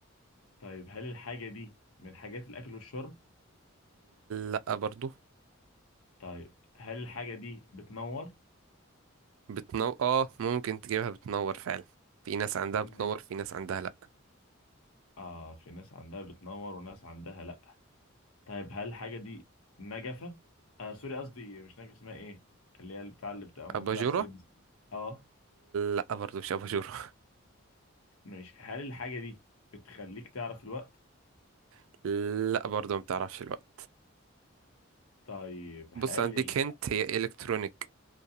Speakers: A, on the left; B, on the right.
A: طيب هل الحاجة دي من حاجات الأكل والشرب
B: لا برضو
A: طيب هل الحاجة دي بتنور
B: بتنور اه ممكن تجيبها بتنور فعلا في ناس عندها بتنور
A: ماشي
B: في ناس عندها لا
A: اه في ناس عندها بتنور وناس عندها لا طيب هل الحاجة دي نجفة؟ آه سوري قصدي مش نجفة اسمها ايه؟ اللي هي بتاع اللي بتبقى موجودة
B: أباجورة
A: على السجاد اه
B: لا برضو مش أباجورة
A: ماشي هل الحاجة دي بتخليك تعرف الوقت؟
B: <laughs> لا برضو ما بتعرفش الوقت
A: طيب هل
B: بص هديك
A: الح...
B: هنت هي إلكترونيك